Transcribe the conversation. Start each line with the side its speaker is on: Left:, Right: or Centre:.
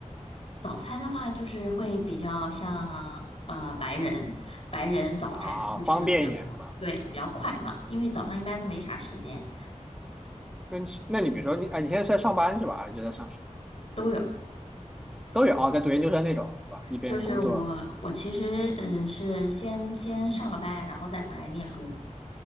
Left: 早餐的话，就是会比较像呃白人，白人早餐会吃的比较多，
Centre: 啊？方便一点是吧？
Left: 对，比较快嘛，因为早上一般都没啥时间。
Centre: 那你是那你比如说你，哎，你现在是在上班是吧？还是在上学？
Left: 都有。
Centre: 都有啊，在读研究生那种是吧？一边工作
Left: 就是我，我其实呃是先先上了班，然后再回来念书。